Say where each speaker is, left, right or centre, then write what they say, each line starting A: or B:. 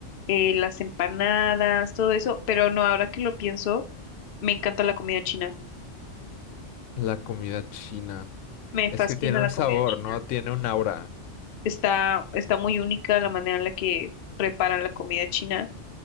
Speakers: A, on the left; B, on the left.
A: eh, las empanadas, todo eso. Pero no, ahora que lo pienso, me encanta la comida china.
B: la comida china.
A: Me
B: Es
A: fascina
B: que tiene
A: la
B: un
A: comida
B: sabor,
A: china.
B: ¿no? Tiene un aura.
A: Está, está muy única la manera en la que preparan la comida china.